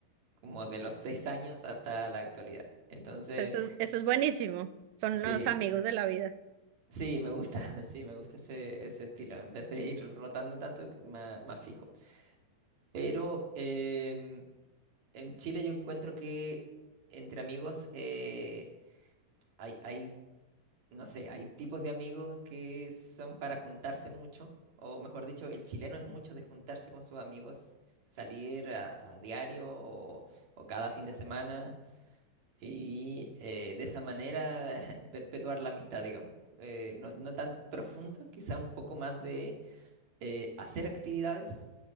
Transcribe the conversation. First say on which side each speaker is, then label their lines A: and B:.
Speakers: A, on the right; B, on the right.
A: como de los seis años hasta la actualidad. Entonces,
B: Eso, eso es buenísimo. Son
A: sí,
B: los amigos de la vida.
A: sí, me gusta, <laughs> sí, me gusta ese, ese estilo, en vez de ir rotando tanto, que más, más fijo. Pero em, en Chile yo encuentro que entre amigos... eh, hay, hay no sé, hay tipos de amigos que son para juntarse mucho, o mejor dicho, el chileno es mucho de juntarse con sus amigos, salir a, a diario o, o cada fin de semana y eh, de esa manera <laughs> perpetuar la amistad, digamos. Eh, no, no tan profundo, quizá un poco más de eh, hacer actividades.